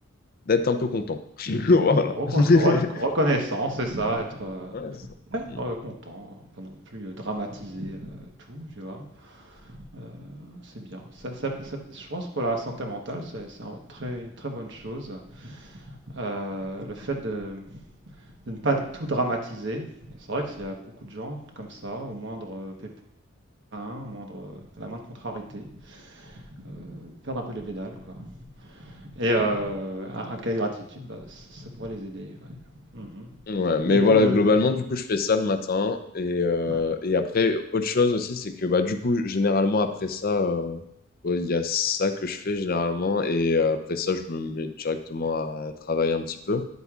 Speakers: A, on the left; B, on the right.
A: d'être un peu content. <laughs> Voilà.
B: Recon-
A: <laughs>
B: reno- reconnaissant, c'est ça, être euh,
A: Ouais, c'est ça.
B: ouais,
A: Mm,
B: euh, content, pas non plus euh, dramatiser euh, tout, tu vois. Euh, c'est bien. Ça, ça- ça- je pense pour la santé mentale, c'est c'est un très- une très bonne chose. Euh, le fait de, de ne pas tout dramatiser, c'est vrai qu'il y a beaucoup de gens comme ça, au moindre euh, pépin, au moindre, à la moindre contrariété, euh, perdent un peu les pédales, quoi. Et euh,
A: mm.
B: un, un cahier de gratitude, bah, ça ça pourrait les aider. ouais. Mhm.
A: mm, Ouais, mais
B: Et
A: voilà,
B: pour le...
A: globalement, du coup, je fais ça le matin. Et, euh,
B: Ouais.
A: et après, autre chose aussi, c'est que bah, du coup, généralement, après ça, euh, Ouais, Il y a ça que je fais généralement et euh, après ça, je me mets directement à travailler un petit peu.